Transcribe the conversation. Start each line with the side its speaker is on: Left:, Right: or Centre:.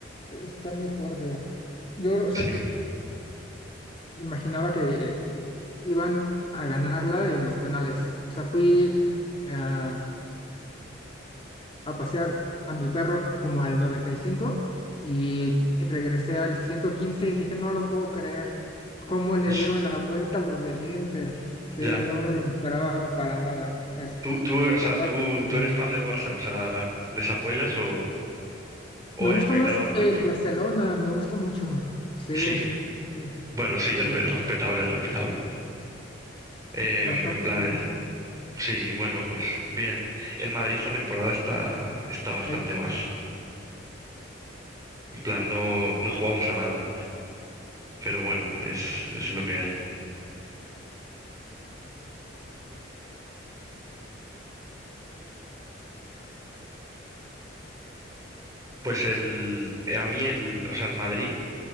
Left: está muy fuerte. Yo, o sea,
Right: sí,
Left: imaginaba que eh, iban a ganarla en los penales. O sea, fui eh, a pasear a mi perro como al 95 y cinco y regresé al 115 y dije, no lo puedo creer, cómo le
Right: pues,
Left: dieron la vuelta a los del Inter. Sí,
Right: ya.
Left: no me lo esperaba para nada. Es
Right: Tú, tú, o sea,
Left: Pero
Right: tú, tú
Left: bueno,
Right: eres fan del Barça, o sea, ¿les apoyas o,
Left: Me
Right: o
Left: gusta
Right: espectador
Left: más el
Right: neutro?
Left: Barcelona, me gusta mucho. Sí,
Right: Sí,
Left: sí,
Right: bueno, sí,
Left: sí,
Right: es, re- es respetable, es respetable. Em,
Left: bastante
Right: en plan,
Left: más.
Right: eh, sí, bueno, pues bien. El Madrid esta temporada está, está bastante
Left: Ahí,
Right: mal. En plan, no, no jugamos a nada. Pero bueno, es, es lo que hay. Pues el, a mí el, o sea, el Madrid.